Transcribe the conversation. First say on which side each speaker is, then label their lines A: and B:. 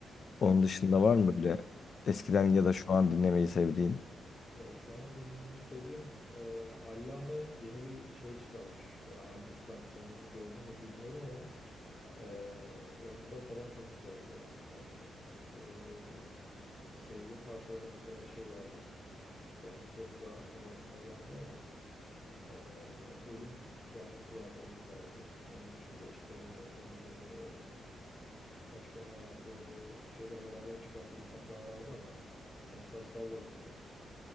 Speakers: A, on the left; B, on the left.
A: Onun dışında var mı böyle eskiden ya da şu an dinlemeyi sevdiğin?
B: Ya şu anda dinlemeyi sevdiğim e, Allame yeni bir şey çıkarmış. E, albüm çıkarmış. Onu gördüm mü bilmiyorum ama e, onda falan çok güzeldi ya. Yani e, sevdiğim parçaları mesela şey vardı. Şu anda sorunca tam aklıma gelmiyor ama e, Ölüm parçası vardı. O güzeldi. Onun dışında işte e, başka ne vardı? Şeyle beraber çıkardığı bir tane daha vardı ama Sansar Salvo muydu?